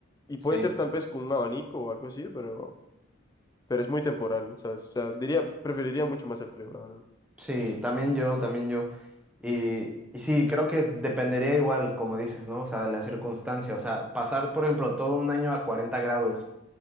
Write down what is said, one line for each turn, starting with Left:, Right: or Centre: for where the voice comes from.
Left: Y
Centre: sí.
Left: puede ser tal vez con un abanico o algo así, pero, pero es muy temporal, ¿sabes? O sea, diría, preferiría mucho más el frío, la verdad.
Centre: Sí, también yo, también yo. Y, y sí, creo que dependería igual, como dices, ¿no? O sea, de la circunstancia. O sea, pasar, por ejemplo, todo un año a 40 grados,